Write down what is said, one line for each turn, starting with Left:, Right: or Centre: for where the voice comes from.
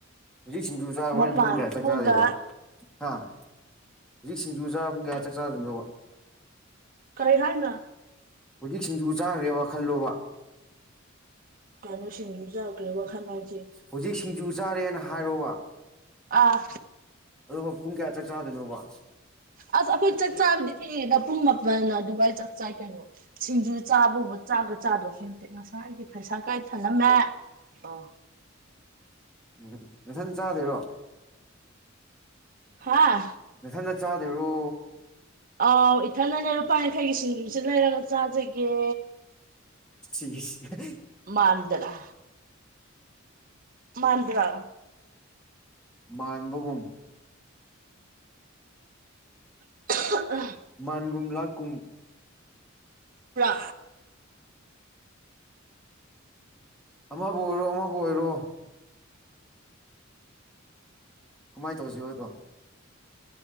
Centre: ꯍꯨꯖꯤꯛ ꯁꯤꯡꯖꯨ ꯆꯥꯔ ꯍꯣꯔꯦꯟ
Right: ꯃꯄꯥꯟ
Centre: ꯄꯨꯡ ꯀꯌꯥ
Right: ꯊꯣꯛꯑꯒ
Centre: ꯆꯥꯛ ꯆꯥꯗꯣꯏꯕ ꯍꯥ ꯍꯨꯖꯤꯛ ꯁꯤꯡꯖꯨ ꯆꯥꯔ ꯄꯨꯡ ꯀꯌꯥ ꯆꯥꯛ ꯆꯥꯗꯣꯏꯅꯣꯕ
Right: ꯀꯔꯤ ꯍꯥꯏꯅꯣ
Centre: ꯍꯨꯖꯤꯛ ꯁꯤꯡꯖꯨ ꯆꯥꯈ꯭ꯔꯦꯕ ꯈꯜꯂꯣꯕ
Right: ꯀꯩꯅ‌ꯣ ꯁꯤꯡꯖꯨ ꯆꯥꯕ ꯀꯔꯤ ꯋꯥꯈꯟꯅ‌ꯣ ꯍꯥꯏꯖ‌ꯦ
Centre: ꯍꯨꯖꯤꯛ ꯁꯤꯡꯖꯨ ꯆꯥꯔꯦꯅ ꯍꯥꯏꯔꯣꯋꯥ
Right: ꯑꯥ
Centre: ꯑꯗꯣꯒ ꯄꯨꯡ ꯀꯌꯥ ꯆꯥꯛ ꯆꯥꯗꯣꯏꯅꯣꯕ
Right: ꯑꯁ ꯑꯩꯈꯣꯏ ꯆꯥꯛ ꯆꯥꯕꯗꯤ ꯊꯦꯡꯉꯤꯗ ꯄꯨꯡ ꯃꯥꯄꯟ ꯑꯗꯨꯋꯥꯏ ꯆꯥꯛ ꯆꯥꯏ ꯀꯩꯅꯣ ꯁꯤꯡꯖꯨ ꯆꯥꯕꯨꯕ ꯆꯥꯛꯀ ꯆꯥꯗꯧꯁꯨ ꯉꯁꯥꯏ ꯑꯩꯒꯤ ꯐꯩꯁꯥ ꯀꯥꯏ ꯊꯅꯝꯃꯦ ꯑꯣ
Centre: ꯎꯝ ꯅꯊꯟ ꯆꯥꯗꯣꯏꯔꯣ
Right: ꯍꯥꯥ
Centre: ꯅꯊꯟꯗ ꯆꯥꯗꯣꯏꯔꯣ
Right: ꯑꯥꯎ ꯏꯊꯟꯗꯅꯦ ꯂꯨꯄꯥ ꯌꯥꯡꯈꯩꯒꯤ ꯁꯤꯡꯖꯨꯁꯤ ꯂꯩꯔꯒ ꯆꯥꯖꯒꯦ
Centre: ꯆꯤꯁ <unintelligible>
Right: ꯃꯥꯟꯗꯔ ꯃꯥꯟꯕ꯭ꯔ
Centre: ꯃꯥꯟꯕꯒꯨꯝ
Right: <unintelligible>
Centre: ꯃꯥꯟꯒꯨꯨꯝ ꯂꯥꯀꯨꯝ
Right: ꯄ꯭ꯔꯥ
Centre: ꯑꯃꯕꯨ ꯑꯣꯏꯔꯣ ꯑꯃꯕꯨ ꯑꯣꯏꯔꯣ ꯀꯨꯃꯥꯏ ꯇꯧꯁꯤꯕ ꯑꯗꯣ